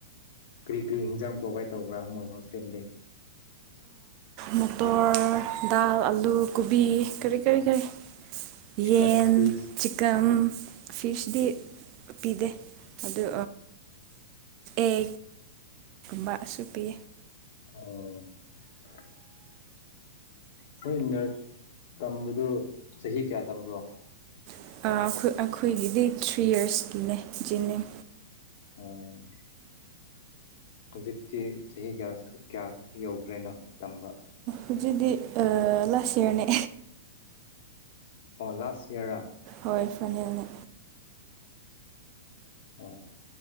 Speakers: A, on the left; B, on the right.
A: ꯀꯔꯤ ꯀꯔꯤ ꯍꯤꯟꯖꯥꯡ ꯄ꯭ꯔꯣꯚꯥꯏꯠ ꯇꯧꯕ꯭ꯔꯥ ꯃꯣꯏ ꯍꯣꯁꯇꯦꯜꯗꯤ
B: ꯃꯇꯣꯔ ꯗꯥꯜ ꯑꯥꯂꯨ ꯀꯣꯕꯤ ꯀꯔꯤ ꯀꯔꯤ ꯀꯔꯤ
A: ꯆꯤꯛꯀꯟ
B: ꯌꯦꯟ
A: ꯐꯤꯁ
B: ꯆꯤꯛꯀꯝ ꯐꯤꯁꯗꯤ ꯄꯤꯤꯗꯦ ꯑꯗꯨ ꯑꯦ ꯕꯁꯨ ꯄꯤ
A: ꯑꯣ ꯅꯣꯏ ꯅꯔꯁ ꯇꯝꯕꯗꯨ ꯆꯍꯤ ꯀꯌꯥ ꯇꯝꯕ꯭ꯔꯣ
B: ꯑꯩꯈꯣꯏ ꯑꯩꯈꯣꯏꯒꯤꯗꯤ ꯊ꯭ꯔꯤ ꯌꯔꯁꯀꯤꯅꯦ ꯖꯦꯅꯤꯝ
A: ꯑꯣ ꯍꯧꯖꯤꯛꯇꯤ ꯆꯍꯤ ꯀꯌꯥ ꯀꯌꯥꯒ ꯌꯧꯈ꯭ꯔꯦ ꯅꯪ ꯇꯝꯕ
B: ꯍꯧꯖꯤꯛꯗꯤ ꯂꯥꯁ ꯏꯌꯥꯔꯅꯦ
A: ꯑꯣ ꯂꯥꯁ ꯏꯔꯥ
B: ꯍꯣꯏ ꯐꯅꯤꯅ
A: ꯑꯣ